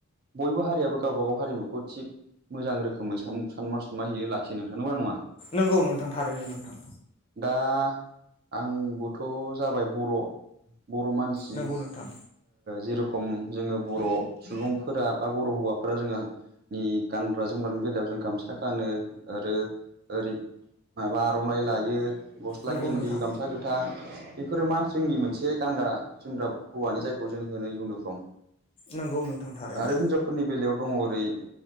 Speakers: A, on the right; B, on the left.
A: बयबो हारियाबो गावबागाव हारिमुखौ थिग मोजां रोखोमै सानमा सनमा होयो लाखियो नोंथां नंगौना नङा
B: नंगौ नोंथां थारैनो नोंथां
A: दा आंबोथ' जाबाय बर' बर' मानसि
B: नंगौ नोंथां
A: जेरखम जोङो बर' सुबुंफोरा बा बर' हौवाफोरा जोङो नि गानग्रा जोमग्रानि बेलायाव जों गामसा गानो आरो ओरै माबा आर'नाइ लायो गस्ला
B: नंगौ
A: गिन्दि
B: नोंथां
A: गामसा गोथां बेफोरो मा जोंनि मोनसे गानग्रा जोमग्रा हौवानि जायखौ जों होनो इउनिफर्म
B: नंगौ नोंथां थारैनो
A: आरो हिनजावफोरनि बेलायाव दङ ओरै। ओरै